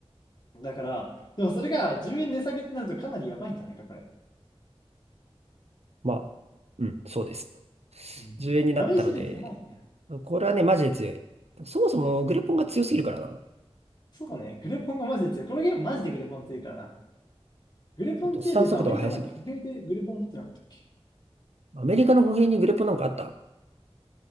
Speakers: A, on the left; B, on the right.
A: うん。だから、でもそれが10円値下げってなるとかなりやばいんじゃないか、これ。
B: まあ、うん。そうです。
A: うん。
B: 10円になったので、
A: ダメージルートやばいね。
B: これはね、マジで強い。そもそもグレポンが強すぎるからな。
A: そうね、グレポンがマジで強い。このゲームマジでグレポン強いからな。グレポン2で言うと、
B: ちょっとスタン速度が速すぎる。
A: アメリカなんか歩兵でグレポン持ってなかったっけ
B: アメリカの歩兵にグレップなんかあった